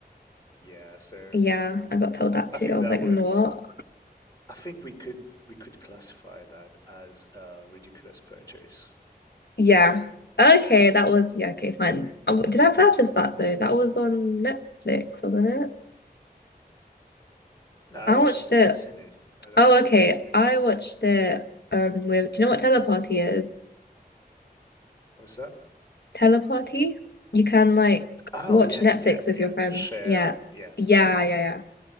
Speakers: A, on the left; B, on the left.
A: Yeah, so
B: Yeah, I got told that
A: I
B: too.
A: think
B: I was
A: that
B: like,
A: was
B: "Mm, what?
A: I think we could we could classify that as a ridiculous purchase.
B: Yeah. Okay, that was yeah, okay, fine. Um, Did I purchase that though? That was on Netflix, wasn't it?
A: No, I
B: I
A: watched
B: watched
A: it in
B: it.
A: the cine. I
B: Oh,
A: watched it
B: okay.
A: at cinemas.
B: I watched it um with do you know what Teleparty is?
A: What's that?
B: Teleparty? You can like
A: Oh
B: watch
A: yeah,
B: Netflix
A: yeah,
B: with
A: yeah.
B: your friends.
A: Share.
B: Yeah.
A: Yeah,
B: Yeah,
A: yeah,
B: yeah, yeah.